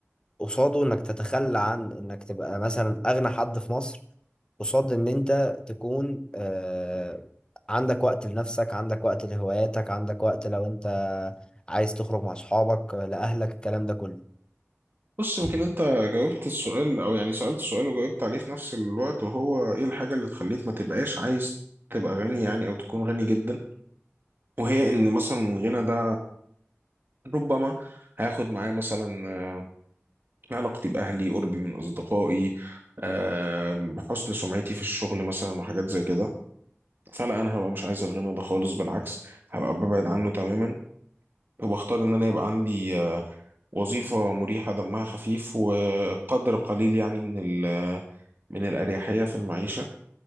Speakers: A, on the left (about 20°); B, on the right (about 50°).
A: قصاده إنك تتخلى عن إنك تبقى مثلا أغنى حد في مصر قصاد إن أنت تكون آه، عندك وقت لنفسك عندك وقت لهواياتك عندك وقت لو أنت عايز تخرج مع أصحابك آه، لأهلك الكلام ده كله
B: بص يمكن انت جاوبت السؤال او يعني سألت السؤال وجاوبت عليه في نفس الوقت وهو ايه الحاجة اللي تخليك ما تبقاش عايز تبقى غني يعني او تكون غني جدا وهي ان مثلا الغنى ده ربما هياخد معايا مثلا آه، علاقتي باهلي قربي من اصدقائي آه، حسن سمعتي في الشغل مثلا وحاجات زي كده فلا انا هبقى مش عايز الغنى ده خالص بالعكس هبقى ببعد عنه تماما وبختار ان انا يبقى عندي آه، وظيفة مريحة دمها خفيف وقدر قليل يعني من ال من الأريحية في المعيشة